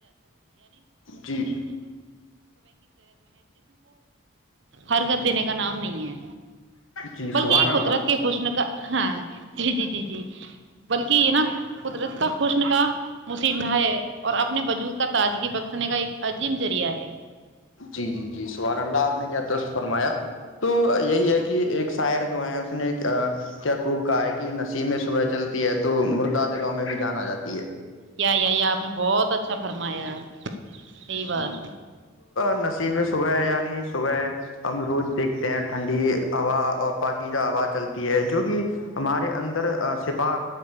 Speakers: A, on the left; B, on the right.
A: جی
B: ہرک دینے کا نام نہیں ہے
A: جی
B: بلکہ
A: سبحان
B: یہ
A: اللہ
B: قدرت خشن کا ہاں جی جی جی جی بلکہ یہ نا قدرت کا خشن کا مصح نہ ہے اور اپنے بجود کا تاجگی بخشنے کا ایک عظیم ذریعہ ہے
A: جی جی جی سبحان اللہ آپ نے کیا درست فرمایا تو یہی ہے کہ ایک شاعر جو ہے اس نے کیا خوب کہا ہے کہ نسیمیں صبح چلتی ہے تو مردہ دلوں میں بھی جانا جاتا
B: ی یا آپ نے بہت اچھا فرمایا صحی بات
A: نصیبیں صبح یعنی صبح ہم روز دیکھتے ہیں ٹھنڈی ہوا اور باقی جہ ہوا چلتی ہے جو کہ ہمارے اندر سپا